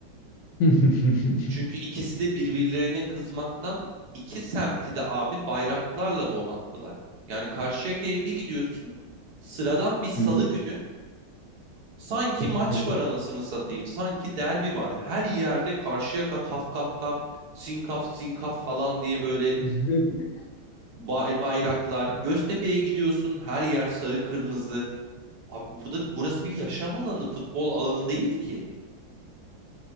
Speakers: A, on the left; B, on the right.
A: <laughs>
B: Çünkü ikisi de birbirlerine kızmaktan iki semti de abi bayraklarla donattılar. Yani Karşıyaka'ya bir gidiyorsun sıradan bir salı
A: Hı
B: günü sanki maç
A: hı.
B: var anasını satayım sanki derbi var. Her yerde Karşıyaka kaf kaf kaf sinkaf sinkaf falan diye böyle
A: <laughs>
B: bay- bayraklar. Göztepe'ye gidiyorsun her yer sarı kırmızı. Abi burada burası bir yaşam alanı, futbol alanı değil ki.